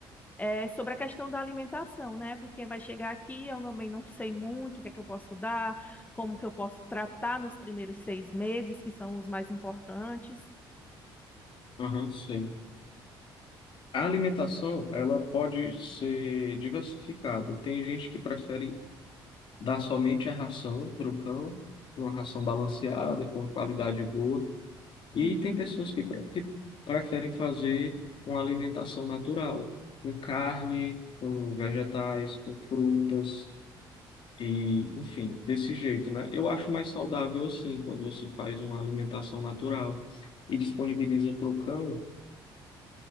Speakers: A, on the left (about 15°); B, on the left (about 55°).
A: é sobre a questão da alimentação, né? Porque vai chegar aqui, eu também não sei muito o que é que eu posso dar, como que eu posso tratar nos primeiros seis meses, que são os mais importantes.
B: aham, sei. A alimentação, ela pode ser diversificada. Tem gente que prefere dar somente a ração para o cão, uma ração balanceada, com qualidade boa. E
A: Uhum.
B: tem pessoas que, pre- que preferem fazer uma alimentação natural, com carne, com vegetais, com frutas, e enfim, desse jeito, né? Eu acho mais saudável assim, quando você faz uma alimentação natural e disponibiliza para o cão